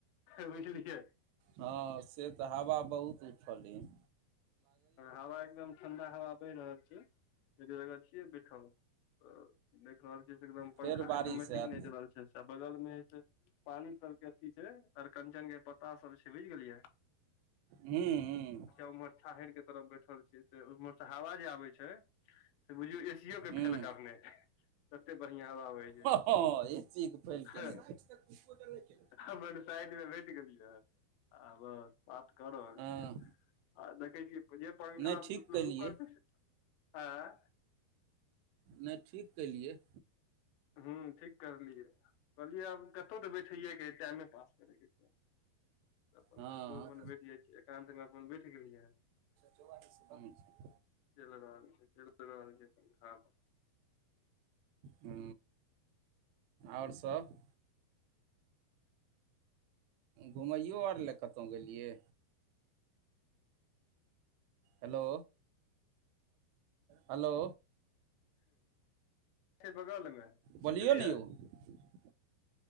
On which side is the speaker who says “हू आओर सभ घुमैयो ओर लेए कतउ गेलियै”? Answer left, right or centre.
Right